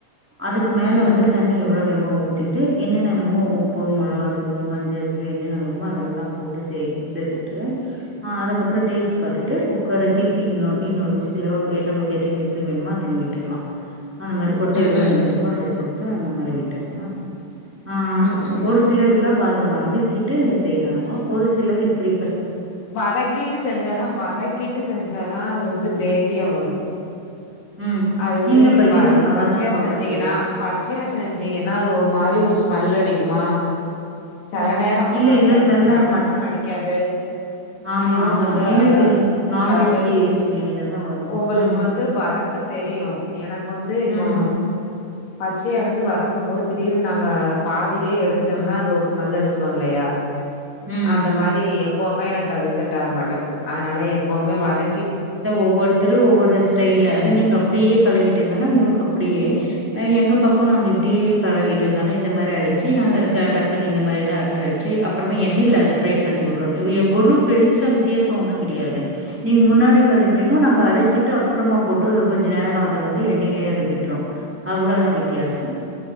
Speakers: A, in the centre; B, on the left.
A: அதுக்கு
B: ம்
A: மேல வந்து தண்ணி எவ்வளவு வேணுமோ ஊத்திட்டு என்னென்ன வேணுமோ உப்பு மொளகாதூளு மஞ்ச தூளு என்னென்ன வேணுமோ அதெல்லாம் போ ட்டு சே சேத்துட்டு அதுக்கப்ர டேஸ்டு பாத்துட்டு உப்பு குக்கர திருப்பி இன்னு இன்னு விசில நம்மளுக்கு எத்தனை விசில் வேணுமோ அத்தனை விட்டுக்கலா அந்த மாரி கொட்ட
B: ம்
A: எவ்வளோ
B: ம்
A: வெந்திருக்கோ அதை பொட்டு அந்த மாரி விட்டு ஆ
B: ம் ம்
A: ஒரு சிலர் எல்லாம் வாத வந்துக்கிட்டு செய்யறாங்கோ ஒரு சிலர் இப்படி
B: வதக்கிட்டு செஞ்சாதான் வதக்கிட்டு செஞ்சாதான் அது வந்து கிரேவியா வரும்
A: ம்
B: அது வந்து
A: இல்லப்பா
B: நீங்க
A: இது கூட நல்லாதான்ப்பா
B: பச்சையா செஞ்சீங்கன்னா
A: வருது
B: பச்சையா செஞ்சீங்கன்னா அது ஒரு மாரி ஒரு ஸ்மெல் அடிக்குமா சில
A: ம்
B: நேரம்
A: இல்ல
B: சம்டைம்ஸ்
A: எங்களுக்கு நல்லா
B: மேக்சிமம்
A: மட்
B: அடிக்காது
A: ஆமா
B: மினிமம்
A: ஆமா
B: வந்து
A: எங்களுக்கு
B: அதான்
A: இல்ல நான்வெஜ்ஜு
B: சில பேத்துக்கு
A: ஸ்மெல்ல தா வரு
B: உங்களுக்கு
A: ம்
B: வந்து வதக்க தெரியு எனக்கு வந்து இப்போ
A: ம்
B: பச்சைய இருந்து வதக்கும் போது திடீர்னு நாங்க பாதிலயே எடுத்துட்டோம்னா
A: ம்
B: அது ஒரு ஸ்மெல் அடுத் துரு இல்லயா
A: ம்
B: அந்த
A: ம்
B: மாரி எப்பவுமே எனக்கு அது செட் ஆக மாட்டேங்கு அதனால எப்பவுமே வதக்கி
A: ஒவ்வொருத்தரு ஒவ்வொரு ஸ்டைல
B: ம்
A: அது நீங்க அப்டியே பழகிட்டு இருந்தாலு உங்களுக்கு அப்டியே எங்க பக்கோ நாங்க இப்டியே பழகிட்டு இருந்தாலு இந்த மாரி அடுச்சு க்கி நாங்க டக்குன்ன இந்த மாரிதா அரச்சி அரச்சி அப்பறமா எண்ணெயில அத ப்ரை பண்ணி விட்றோண்ட்டு எங் ஒரு பெருசா வித் வித்தியாசோ ஒன்னும் கெடையாது நீங்க முன்னாடி வதக்குறீங்கோ நாங்க அரச் வச்சுட்டு அப்பறமா போட்டு கொஞ்ச நேரோ அத வந்து எண்ணெயிலயே அத விட்ரு அவ்ளோதா வித்தியாசம்